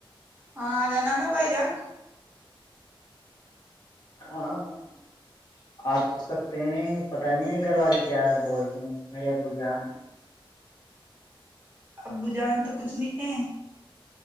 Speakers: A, on the right (about 20°); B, on the left (about 55°).
A: ہاں جان نا بھائی جان
B: ہاں ہاں آپ سوچ سکتے ہیں پتہ نہیں ہے گھر والے کیا بولتے ہیں میرے ابو جان
A: ابو جان تو کچھ نہیں کہ